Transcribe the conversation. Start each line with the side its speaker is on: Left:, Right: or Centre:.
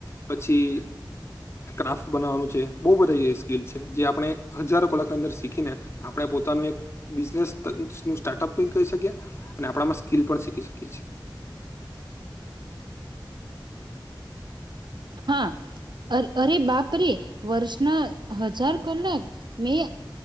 Left: પછી ક્રાફ્ટ બનાવવાનું છે બહુ બધા સ્કીલ છે જે આપણે હજારો કલાકની અંદર શીખીને આપડે પોતાનું એક બિઝનેસ સ્ટાર્ટઅપ પણ કરી શકીએ અને આપણામાં સ્કીલ પણ શીખી શકીએ છીએ <inaudible> <inaudible>
Right: હા અરે અરે બાપરે વર્ષના હજાર કલાક મેં